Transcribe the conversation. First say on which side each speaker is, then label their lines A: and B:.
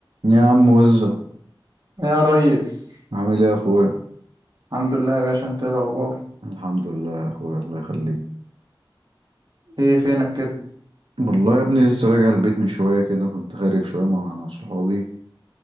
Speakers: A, on the right; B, on the right.
A: يا عم وزة
B: يا ريس
A: عامل ايه يا اخويا
B: الحمد لله يا باشا انت ايه الاخبار
A: الحمد لله يا اخويا الله يخليك
B: ايه فينك كده
A: والله يا ابني لسه راجع البيت من شوية كده كنت خارج شوية مع صحابي